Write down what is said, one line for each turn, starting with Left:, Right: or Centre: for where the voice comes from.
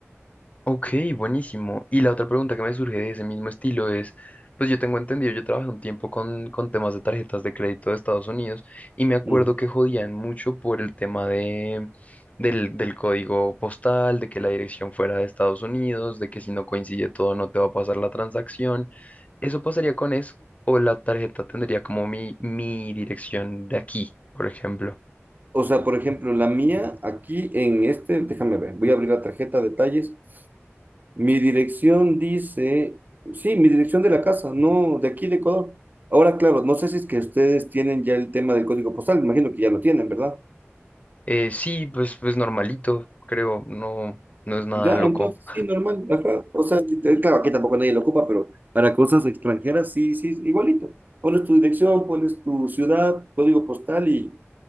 Left: Ok, buenísimo. Y la otra pregunta que me surge de ese mismo estilo es, pues yo tengo entendido, yo trabajé un tiempo con, con temas de tarjetas de crédito de Estados Unidos y me acuerdo
Right: Ujú.
Left: que jodían mucho por el tema de, del, del código postal, de que la dirección fuera de Estados Unidos, de que si no coincide todo no te va a pasar la transacción. ¿Eso pasaría con eso? ¿O la tarjeta tendría como mi, mi dirección de aquí, por ejemplo?
Right: O sea, por ejemplo, la mía aquí en este, déjame ver, voy a abrir la tarjeta, detalles. Mi dirección dice, sí, mi dirección de la casa, no, de aquí de Ecuador. Ahora, claro, no sé si es que ustedes tienen ya el tema del código postal, me imagino que ya lo tienen, ¿verdad?
Left: Eh, sí, pues, pues normalito, creo, no, no es nada
Right: Ya,
Left: loco.
Right: entonces sí, normal. ajá. O sea, sí, te- claro, aquí tampoco nadie lo ocupa, pero para cosas extranjeras sí, sí, igualito. Pones tu dirección, pones tu ciudad, código postal y,